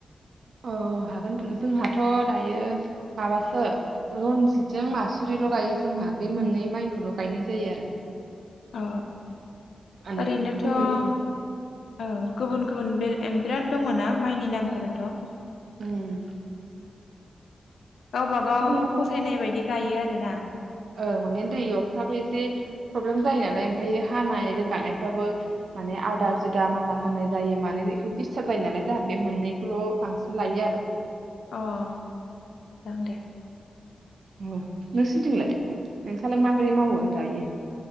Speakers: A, on the right; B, on the left.
A: औ हागोन जोंहाथ' दायो माबासो रनजितजों मासुरिल' गायो जोंहा बे मोननै माइखौल' गायनाय जायो आरो।
B: अ।
A: माने
B: ओरैनोथ'
A: गुबुन
B: ओ
A: गुबुन
B: गुबुन गुबुन बेल एम बिराद दङ' ना माइनि नामफोराथ'? औ।
A: उम
B: गावबा गाव
A: गुबुन गुबुन
B: फसायनाय बायदि गायो आरोना?
A: औ माने दै अरफ्राबो एसे प्रब्लेम जायो नालाय ओमफ्राय हानाय रोगानायफ्राबो माने आदा
B: औ
A: जुदा मारा होनाय जायो मानो बे डिस्टार्ब जायो नालाय जाहाते बे मोननैखौल' बांसिन लायो आरो।
B: अ मोजां दे।
A: अ नों सिथिंलाय नोंसालाय माबोरै मावो दायो?